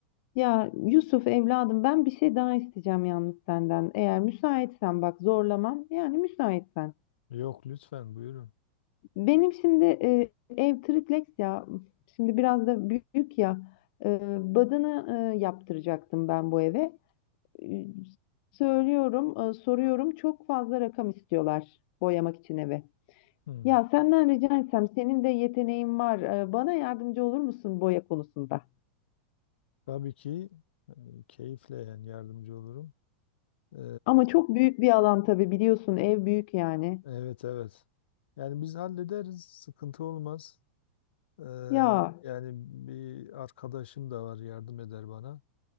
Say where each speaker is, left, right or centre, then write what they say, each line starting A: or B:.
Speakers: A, on the left (about 55°); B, on the left (about 75°).
A: Ya Yusuf evladım ben bir şey daha isteyeceğim yalnız senden. Eğer müsaitsen bak zorlamam yani müsaitsen.
B: Yok lütfen buyurun.
A: Benim şimdi e, ev triplex ya. Şimdi biraz da büyük ya. E, badana e, yaptıracaktım ben bu eve. E, söylüyorum, e, soruyorum. Çok fazla rakam istiyorlar boyamak için eve.
B: Hmm.
A: Ya senden rica etsem senin de yeteneğin var. E, bana yardımcı olur musun boya konusunda?
B: Tabii ki e, keyifle yani yardımcı olurum. E,
A: Ama çok büyük bir alan tabii biliyorsun ev büyük yani.
B: evet evet. Yani biz hallederiz, sıkıntı olmaz. Ee,
A: Ya
B: yani bir arkadaşım da var yardım eder bana.